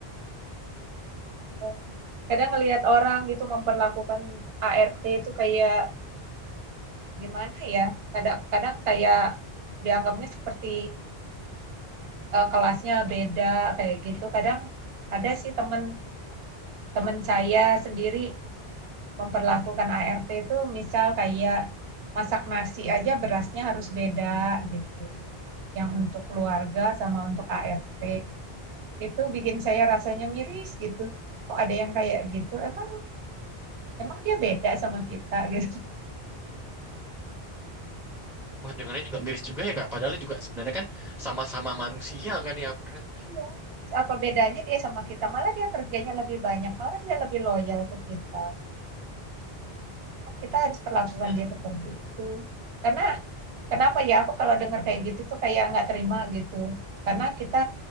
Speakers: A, on the right; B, in the centre.
A: gitu. kadang ngelihat orang gitu memperlakukan ART itu kayak gimana ya? Kadang-kadang kayak dianggapnya seperti eh, kelasnya beda kayak gitu. Kadang ada sih temen temen saya sendiri memperlakukan ART itu misal kayak masak nasi aja berasnya harus beda gitu. yang untuk keluarga sama untuk ART itu bikin saya rasanya miris gitu. Kok ada yang kayak gitu? Emang emang dia beda sama kita gitu.
B: Wah, dengarnya juga miris juga ya, Kak. Padahal juga sebenarnya kan sama-sama manusia kan ya. bener kan?
A: Iya. Apa bedanya dia sama kita? Malah dia kerjanya lebih banyak, malah dia lebih loyal ke kita. Kita harus perlakukan
B: Mm,
A: dia seperti itu. Karena Kenapa ya aku kalau dengar kayak gitu tuh kayak nggak terima gitu. Karena kita